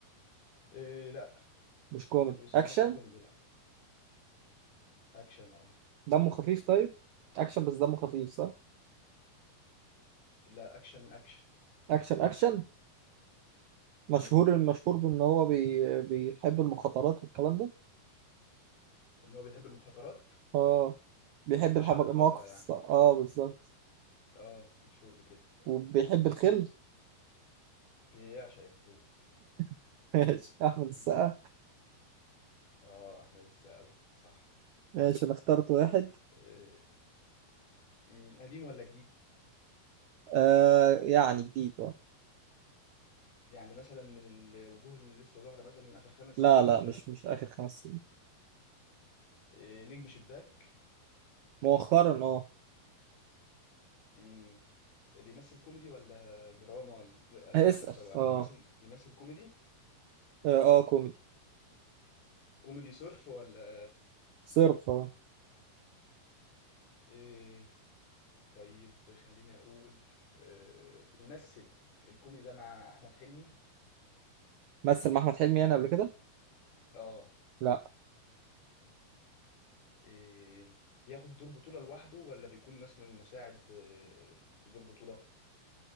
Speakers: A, on the left; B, on the right.
A: إيه لا
B: مش كوميدي
A: ما بيصنفش
B: أكشن
A: كوميدي لا اكشن اه
B: دمه خفيف طيب أكشن بس دمه خفيف صح
A: لا اكشن اكشن
B: أكشن أكشن مشهور
A: امم
B: المشهور بإن هو بي... بيحب المخاطرات والكلام ده
A: ان هو بيحب المخاطرات
B: آه بيحب
A: مشاهد
B: الحم-
A: الخطرة
B: المواقف
A: يعني
B: الص- آه بالظبط
A: اه مشهور بكده فعلا
B: وبيحب الخل
A: بيعشق الخيل
B: <laughs> ماشي أحمد السقا
A: <laughs> اه احمد السقا صح
B: ماشي أنا اخترت واحد
A: إيه، مم، قديم ولا جديد
B: آه يعني جديد آه
A: يعني مثلا من الوجوه اللي لسه ظاهرة مثلا آخر خمس سنين
B: لا لا
A: مثلا
B: مش مش آخر خمس سنين
A: إيه، نجم شباك
B: مؤخرا آه
A: مم. بيمثل كوميدي ولا دراما ولا سنة
B: اسأل
A: سلسلة واحد
B: آه
A: بيمثل بيمثل كوميدي
B: آه آه، كوميدي
A: كوميدي صرف ولا
B: صرف آه.
A: إيه طيب خليني أقول إيه بيمثل الكوميدي ده مع أحمد حلمي
B: مثل مع احمد حلمي يعني قبل كده
A: آه
B: لا
A: إيه بياخد دور بطولة لوحده ولا بيكون مثلا مساعد إيه، في دور بطولة